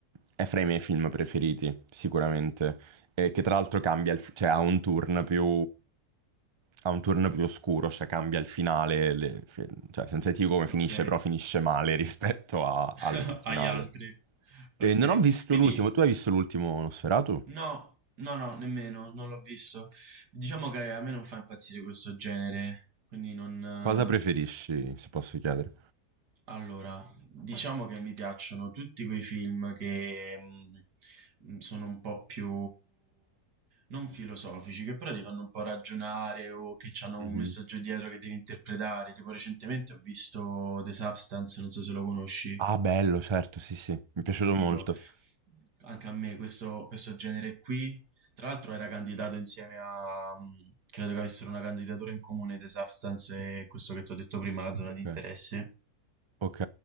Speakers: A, on the right; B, on the right.
A: è fra i miei film preferiti, sicuramente eh, che tra l'altro cambia, il, cioè ha un turn più, ha un turn più oscuro, cioè cambia il finale, le- fi- cioè senza dirti come finisce,
B: Ok,
A: però finisce male <laughs> rispetto a-
B: <laughs>
A: all'originale.
B: agli altri.
A: E
B: Ok,
A: non ho visto
B: quindi
A: l'ultimo, tu hai visto l'ultimo Nosferatu?
B: no, no, no, nemmeno, non l'ho visto. Diciamo che a me non fa impazzire questo genere, quindi non... eh,
A: Cosa preferisci, se posso chiedere?
B: Allora, diciamo che mi piacciono tutti quei film che mh, sono un po' più non filosofici, che però ti fanno un po' ragionare o che hanno
A: Mhm.
B: un messaggio dietro che devi interpretare. Tipo recentemente ho visto The Substance, non so se lo conosci,
A: Ah, bello, certo, sì, sì, mi è piaciuto
B: capito?
A: molto.
B: Anche a me questo, questo genere qui, tra l'altro era candidato insieme a, mh, credo che avessero una candidatura in comune The Substance e questo che ti ho detto prima, la zona
A: Ok.
B: di interesse.
A: Ok.